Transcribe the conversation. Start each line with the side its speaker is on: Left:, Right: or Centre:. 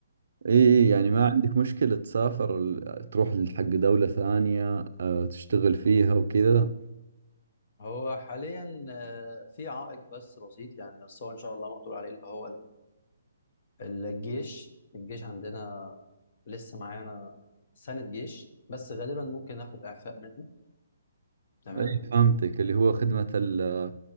Right: إيه يعني
Left: فاهم
Right: ما عندك مشكلة تسافر ال- تروح حق دولة ثانية آه، تشتغل فيها وكذا
Left: هو حاليا آه، في عائق بس بسيط يعني بس هو ان شاء الله مقدور عليه اللي هو الجيش الجيش عندنا لسه معانا سنة جيش بس غالبا ممكن اخد اعفاء منها تمام
Right: إيه فهمتك اللي هو خدمة ال-